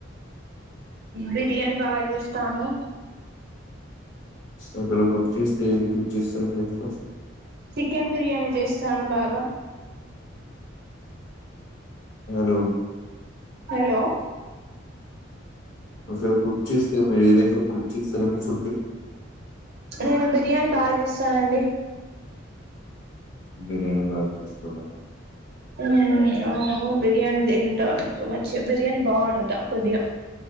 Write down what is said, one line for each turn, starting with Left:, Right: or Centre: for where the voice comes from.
Right: బిర్యానీ బా చేస్తాను
Left: సగల కుక్ చేస్తే ఏది కుక్ చేస్త మీకు
Right: చికెన్ బిర్యానీ చేస్తాను బాగా
Left: హలో
Right: హలో
Left: అసలు కుక్ చేస్తే మీరు ఏదెక్కువ కుక్ చేస్తారండి ఫుడ్
Right: నేను బిర్యానీ బాచేస్తానండి
Left: బిరియాని బాగ చేస్తారా
Right: మ్మ్ అవును బిర్యానీ
Left: హ్మ్.
Right: దింట
Left: హ్మ్.
Right: ఎక్కువ మంచి గ బిర్యానీ బావొండుత కొద్దిగా